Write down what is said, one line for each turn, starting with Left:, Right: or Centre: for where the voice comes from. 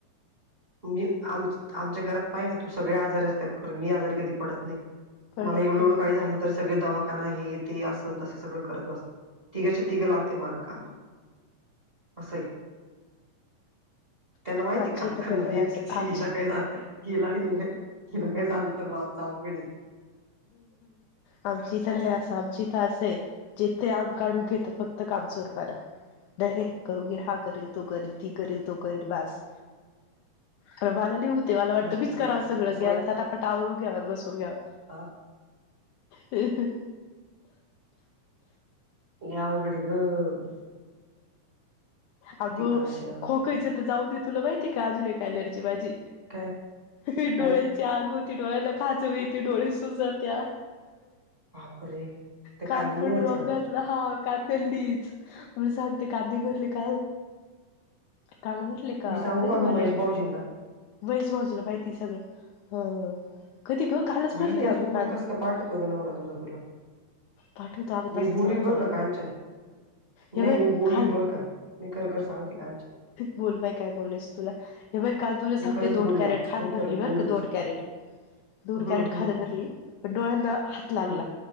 Right: मी आम आमच्या घरात पाहि ना तू सगळे आजारी असत मी आजारी कधी पडत नाही
Left: पडत
Right: मला एवढं
Left: नाही
Right: एवढं काही झालं तर सगळे दवाखाना हे ते अस तसं सगळं करत बसत तिघेच्या तिघं लागते मागं काम असय त्यांना माहिती
Left: आमच्या
Right: काम
Left: इथं
Right: करणारी
Left: नाही बाई
Right: एकटी
Left: असं
Right: च
Left: आमच्या
Right: हला काय जात गेला गला गेला काय झालं तर मग आमच अवघड
Left: आमची इथ नाही असं आमची तर असंय जिथे आंग काढू घेत फक्त काम चोरपाला नाही नाही करू घी हा करील तो करील ती करेील तो करील बस रवालली उ <unintelligible> ते म्हाला वाटत
Right: बापरे
Left: बीच करावंगळ
Right: असं तर कसं
Left: ग्यायला तटापाटावरू घ्यावात बसून घ्यावा
Right: ह
Left: ह
Right: लई अवघड ग बाई
Left: अगो
Right: कांचन
Left: खोकायच तर जाऊ दे तुला माहिती का बाजूला कारल्यारची भाजी
Right: काय
Left: हे डोळे
Right: काय
Left: ज आग होती डोळ्याला खाजवी य ती डोळे सुूजात्या
Right: बापरे त्या
Left: काल
Right: कांद्यांमुळेच
Left: पण ड्रॉप
Right: का
Left: घातला ह काांदली म्हणून सांगते काांदे भर का काल भरले का
Right: मी सांगू
Left: कधी भरले
Right: ग महेश
Left: का
Right: भाऊजींना
Left: वैस भाऊजलं माहिती सगळं ह कती ग कालच
Right: माहिती
Left: भरले
Right: असून
Left: अगं
Right: पण
Left: कांदे
Right: कस का पाठतो ग नवरा तुमझ तुला
Left: पाठवतो अगं
Right: मी
Left: तसाच
Right: बोलील
Left: माणसावर
Right: बोल का काांचन
Left: हे
Right: नाही
Left: बाई
Right: मी बोलल
Left: काल
Right: बरं का मी खरखर सांगते काच
Left: बोल बाई काय बोलायच तुला हे बाई काल तुला
Right: मी
Left: सांगते
Right: खरंच
Left: दोन
Right: बोलल
Left: कॅरेट
Right: आता
Left: खात
Right: फोन ठेवला
Left: भरली
Right: आणि बोलीलच
Left: बर दोन कॅरेट दोन
Right: हम्म
Left: कॅरेट
Right: हम्म
Left: खाद भरली प डोळ्यांना हात लागला
Right: हम्म